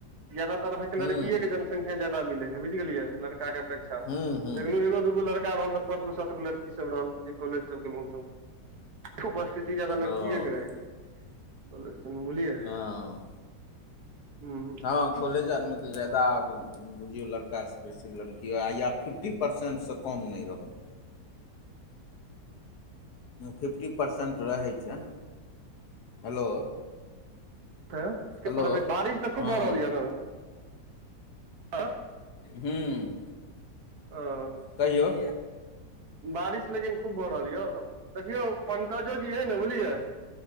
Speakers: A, on the right; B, on the left.
A: ज्यादातर अहाँ के लड़किय
B: हूँ
A: के जनसंख्या जादा मे ह बुझ गेलियै लड़का के अपेक्षा अच्छा
B: हूँ हूँ
A: देखलहु एगो दूगो लड़का रहल तऽ पाँच गो सात गो लड़की सब रहल जे कॉलेज सब गेलहुँ तऽ उपस्थिति जादाा लड़किएके
B: ओ
A: रहै छै बुझलियै
B: हँ
A: हँ
B: हँ कोलेज आरमे तऽ जादा आबू बुझियौ लड़कासँ बेसी लड़की या फिफ्टी परसेन्टसँ कम नहि रहल फिफ्टी परसेन्ट रहै छै हेलो
A: त
B: हेलो
A: बारिश तऽ खूब
B: हँ
A: भऽ रहल यऽ ने आ
B: हूँ
A: अं
B: कहियौ
A: बारिश लेकिन खूब भऽ रहल यए देखियौ पंकजो जी हेइ ने बुझलियै